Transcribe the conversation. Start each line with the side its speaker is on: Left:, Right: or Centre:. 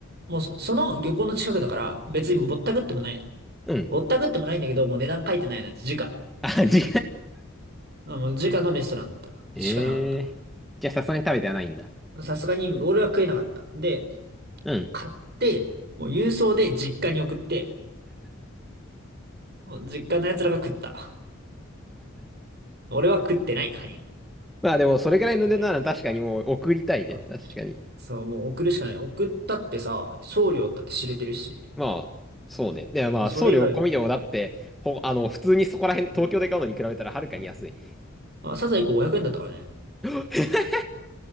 Right: もうそ、その漁港の近くだから別にぼったくってもない。
Centre: うん。
Right: ぼったくってもないんだけど、もう値段書いてないやつ、時価。
Centre: あ、違う。<laughs>
Right: まあもう時価のレストランだったしかなかった。
Centre: ええじゃあ、さすがに食べてはないんだ。
Right: さすがに俺は食えなかった。で、
Centre: うん。
Right: 買って、もう郵送で実家に送って、もう実家の奴らが食った。俺は食ってない、カニを。
Centre: まあ、でも、それぐらいの値段なら確かにもう送りたいね。
Right: 食えてない。うん
Centre: 確かに。
Right: そう、もう送るしかない。送ったってさ、送料だって知れてるし。
Centre: まあ、そうね。で、まあ、
Right: まあ、それ以外も、
Centre: 送料込みでもだって、ほ、あの、普通にそこら辺、
Right: そうだよ。
Centre: 東京で買うのに比べたらはるかに安い。
Right: うん。あ、サザエ1個500円だったからね。
Centre: <laughs>